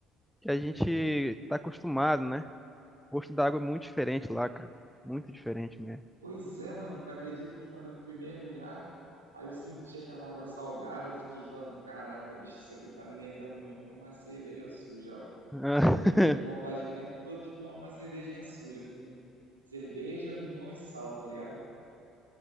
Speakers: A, in the centre; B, on the right.
A: que a gente está acostumado, né, o gosto da água é muito diferente lá, cara, muito diferente mesmo.
B: Pois é, mano, tu acredita que quando eu fui mergulhar, aí eu senti aquela água salgada, eu fiquei falando, caraca, bicho, isso aqui tá me lembrando muito uma cerveja suja, ó.
A: Ah,
B: Aí eu fiquei
A: <laughs>
B: com vontade o tempo todo de tomar uma cervejinha suja, com cerveja, limão e sal, tá ligado?